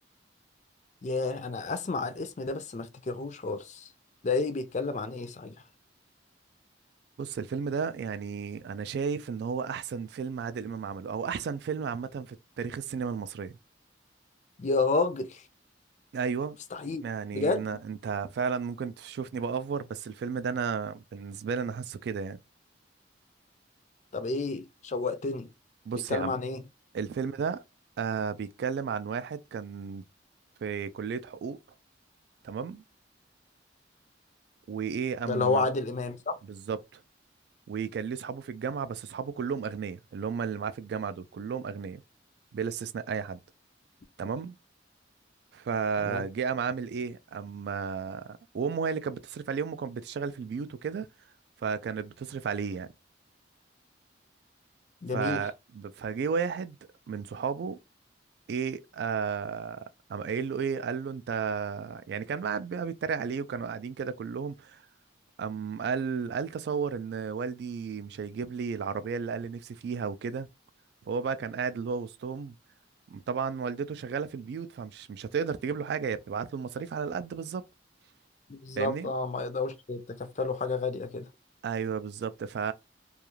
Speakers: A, on the left (about 40°); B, on the right (about 60°).
A: ياه انا اسمع الاسم ده بس ما افتكرهوش خالص ده ايه بيتكلم عن ايه صحيح
B: بص الفيلم ده يعني أنا شايف إن هو أحسن فيلم عادل إمام عمله أو أحسن فيلم عامة في تاريخ السينما المصرية
A: يا راجل
B: ايوه
A: مستحيل
B: يعني
A: بجد
B: إن- انت فعلا ممكن تشوفني بأفور بس الفيلم ده انا بالنسبه لي انا حاسه كده يعني
A: طب ايه شوقتني
B: بص
A: بيتكلم
B: يا عم
A: عن ايه
B: الفيلم ده آه بيتكلم عن واحد كان في كليه حقوق تمام وايه
A: ده
B: اما
A: اللي هو عادل امام صح
B: بالظبط وكان ليه اصحابه في الجامعه بس اصحابه كلهم اغنياء اللي هم اللي معاه في الجامعه دول كلهم اغنياء بلا استثناء اي حد تمام
A: مم.
B: فجه
A: تمام
B: قام عامل ايه اما وامه هي اللي كانت بتصرف عليه امه كانت بتشتغل في البيوت وكده فكانت بتصرف عليه يعني ف
A: جميل
B: فجه واحد من صحابه ايه آه قام قايل له ايه قال له انت يعني كان قاعد بقى بيتريق عليه وكانوا قاعدين كده كلهم قام قال قال تصور ان والدي مش هيجيب لي العربيه اللي قال لي نفسي فيها وكده فهو بقى كان قاعد اللي هو وسطهم طبعا والدته شغاله في البيوت فمش مش هتقدر تجيب له حاجه هي بتبعت له المصاريف على القد بالظبط
A: بالظبط
B: فاهمني
A: اه ما يقدروش يتكفلوا حاجه غاليه كده
B: ايوه بالظبط ف